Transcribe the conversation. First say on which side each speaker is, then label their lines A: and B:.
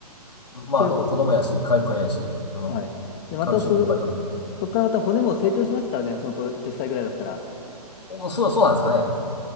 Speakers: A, on the left; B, on the left.
A: まあ、
B: じゃあよかっ
A: あの、子供やし、回復早いし、あの、
B: た。はい。で、またそ、
A: カルシウムいっぱい取るみたいな。
B: そこからまた骨も成長しますからね、そのと10歳ぐらいだったら。
A: お、そう、そうなんですかね。